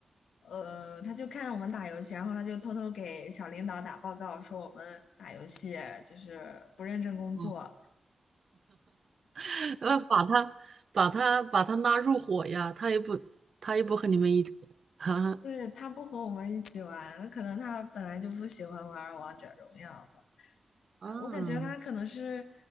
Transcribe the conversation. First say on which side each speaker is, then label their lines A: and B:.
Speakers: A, on the left; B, on the right.
A: 呃，她就看我们打游戏，然后她就偷偷给小领导打报告，说我们打游戏就是不认真工作。
B: 哦，<laughs> 要把他把他把他拉入伙呀，他也不他也不和你们一起。<laughs>
A: 对，她不和我们一起玩，可能她本来就不喜欢玩王者荣耀。吧。
B: 啊，
A: 呃我感觉他可能是